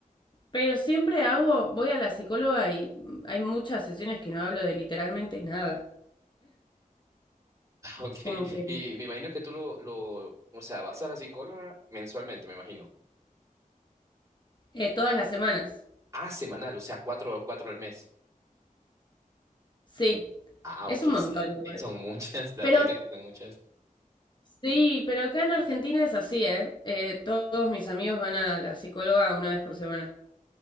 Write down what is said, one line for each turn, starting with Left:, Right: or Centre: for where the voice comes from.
Left: pero siempre hago, voy a la psicóloga y hay muchas sesiones que no hablo de literalmente nada.
Right: <laughs> Ok,
Left: Como que
Right: y me imagino que tú lo, lo, o sea, vas a la psicóloga mensualmente, me imagino.
Left: eh, todas las semanas.
Right: Ah, semanal, o sea, cuatro, cuatro al mes.
Left: Sí,
Right: Ah,
Left: es
Right: ok,
Left: un montón
Right: sí,
Left: igual.
Right: sí, son muchas, <laughs> la
Left: Pero
Right: verdad que sí son muchas.
Left: sí, pero acá en Argentina es así, ¿eh? Eh, todos mis amigos van a la psicóloga una vez por semana,